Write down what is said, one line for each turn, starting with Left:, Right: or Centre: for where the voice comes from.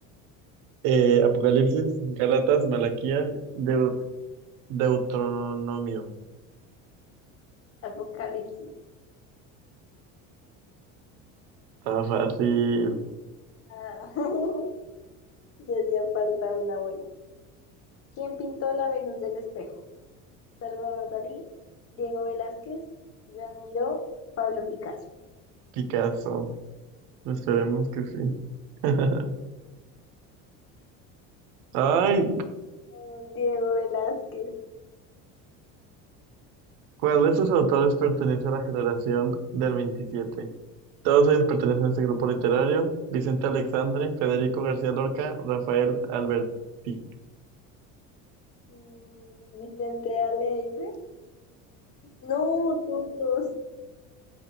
Right: Eh, Apocalipsis, Gálatas, Malaquías, Deu- Deuteronomio.
Left: apocalipsis?
Right: Está fácil,
Left: Ah, <laughs> ya hacía falta una buena. ¿Quién pintó la Venus del espejo? Salvador Dalí, Diego Velázquez, Joan Miró, Pablo Picasso.
Right: Picasso. Esperemos que sí. <laughs> Ay,
Left: No, Diego Velázquez,
Right: ¿cuál de estos autores pertenece a la generación del 27? Todos ellos pertenecen a este grupo literario. Vicente Alexandre, Federico García Lorca, Rafael Alberti.
Left: mm, Vicente Alegre. No, todos.